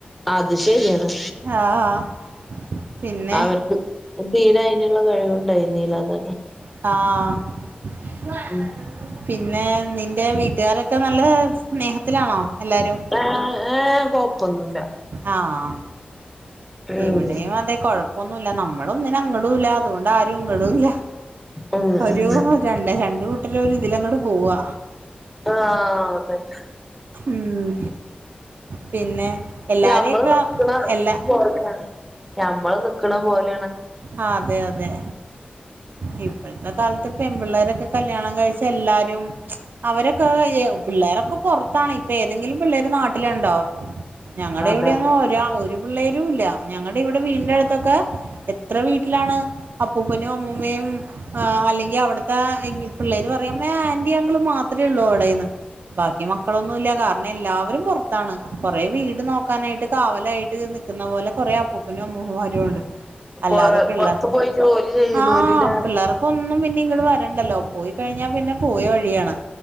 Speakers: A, in the centre; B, on the right.
A: അത് ശരിയാണ്
B: ആഹ് ആഹ് പിന്നെ
A: അവർക്ക് തീരെ അയിന്ള്ള കഴിവുണ്ടായിന്നില അതന്നെ
B: ആഹ്
A: ഉം
B: പിന്നേ നിന്റെ വീട്ട്കാരൊക്കെ നല്ല സ്നേഹത്തിലാണോ എല്ലാരും
A: ഏ ഏഹ് കൊപ്പൊന്നുല്ല
B: ആഹ്
A: ഉം
B: ഇവിടെയും അതെ കൊഴപ്പ ഒന്നൂല്ല നമ്മളൊന്നിനങ്ങടൂല്ല അതുകൊണ്ട് ആരും ഇങ്ങടൂല്ല
A: ഉം
B: ഒരു
A: ഉം
B: രണ്ടെ രണ്ട് കൂട്ടരൊരുതിലങ്ങട് പോവാ
A: ആഹ് അതന്നെ
B: ഉം പിന്നെ എല്ലാരെയൊക്കെ
A: ഞമ്മള് നിക്ക്ണ
B: എല്ലാ
A: പോലെയാണ് ഞമ്മള് നിക്കണ പോലെ
B: ആ അതെ അതെ ഇ ഇപ്പഴത്തെ കാലത്ത് പെൺപിള്ളേരൊക്കെ കല്യാണം കഴിച്ച എല്ലാരും അവരൊക്കെ ഏ പിള്ളേരൊക്കെ പൊറത്താണ് ഇപ്പേതെങ്കിലും പിള്ളേര് നാട്ടില്ണ്ടോ ഞങ്ങളെവിടെയൊന്നും
A: അതെ അതെ
B: ഒരാ ഒരു പിള്ളേരൂല്ല ഞങ്ങടിവിടെ വീടിന്റെ അടുത്തൊക്കെ എത്ര വീട്ടിലാണ് അപ്പൂപ്പനുംഅമ്മൂമ്മയും ആ അല്ലെങ്കി അവ്ടുത്തേ ആ പിള്ളേര് പറയും അമ്മേ ആന്റി അങ്കിളുമാത്രേള്ളൂ അവ്ടെന്ന് ബാക്കി മക്കളൊന്നുല്ല കാരണം എല്ലാവരും പൊറത്താണ് കൊറേ വീട് നോക്കാനായിട്ട് കാവലായിട്ട് നി നിക്കുന്ന പോലെ കൊറെ അപ്പൂപ്പനും അമ്മൂമ്മമാരുണ്ട് അല്ലാതെ
A: പൊറ
B: പിള്ളേർ
A: പൊറത്ത് പോയി ജോലി ചെയ്യണോരില്ലേ
B: ആഹ് പിള്ളേറ ക്കൊന്നും പിന്നെ ഇങ്ങട് വരണ്ടല്ലോ പോയി കഴിഞ്ഞാ പിന്നെ പോയ വഴിയാണ്